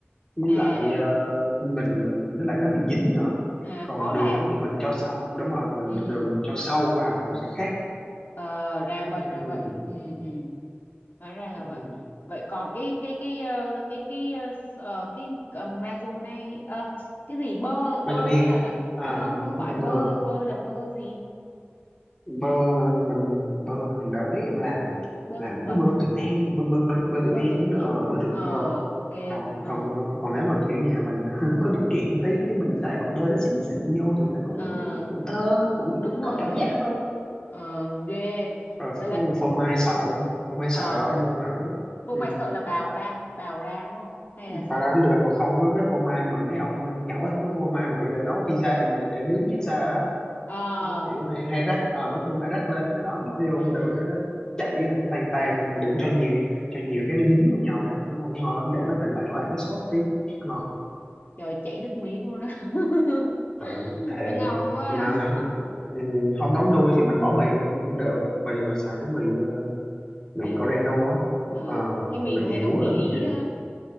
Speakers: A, on the left; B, on the left.
A: với
B: à
A: lại ờ, mình mình với lại nó bị dính nữa
B: à
A: còn
B: khó
A: đường
B: làm
A: á thì mình cho sau đúng rồi mình
B: ừ
A: mình đường mình cho sâu vào thì nó sẽ khác
B: ờ ra
A: Kiểu
B: vậy ra
A: như,
B: vậy ừ ừ hóa ra là
A: ừ,
B: vậy vậy còn cái cái cái ờ, cái cái ờ, s- ờ, cái uh, mazonai ờ, cái gì bơ bơ
A: mayonnaise
B: là là
A: à,
B: à, không không phải
A: bơ bơ
B: bơ bơ là bơ gì
A: bơ mình bơ đợt đấy em làm
B: bơ
A: làm
B: thực
A: những
B: vật
A: cái bơ Trường An bơ bơ bơ, bơ Trường
B: Bơ
A: An
B: từng
A: cũng được
B: em
A: ờ, bơ
B: à?
A: Trường
B: ờ
A: Vượt
B: ok
A: còn
B: ờ
A: còn ờ, còn nếu mà kiểu nhà mình <laughs> có điều kiện tí cái mình xài cục bơ nó xịn xịn vô thì nó cũng
B: Ờ,
A: cũng cũng thơm cũng,
B: đúng
A: cũng
B: rồi
A: có cảm giác hơn
B: ờ ghê
A: rồi
B: vậy là
A: phô mai sợi phô mai
B: ờ
A: sợi bỏ vô nữa
B: vụ
A: ừ,
B: mày sợ là bào ra bào ra đúng không hay là sao
A: bà ra cũng được còn không có cái phô mai mà mấy ông nhậu ấy có phô mai mà kiểu để nấu pizza để để nướng pizza á
B: ờ
A: đó, kiểu hay hay rắc ờ, mấy phô mai rắc lên đó, đó bỏ vô
B: à,
A: cũng được cái nó chảy ra nó tan tan
B: trời ơi,
A: ra mà đừng cho nhiều cho nhiều
B: ừ,
A: cái nó dính vô nhau hết nó không ngon lắm để nó phải lạng lạng cái sốt tí ngọt
B: trời ơi, chảy nước miếng luôn á <laughs>
A: trời thèm
B: nó ngon quá
A: mà
B: <laughs>
A: ừ, không nấu nuôi thì mình bỏ mì vô cũng được mì mà xài cái mì ờ, mì
B: mì
A: Coreno á
B: ờ,
A: Ờ,
B: cái mì
A: mì
B: mà hay
A: Hàn
B: nấu
A: Quốc
B: mì
A: á
B: ý
A: mì Hàn
B: đó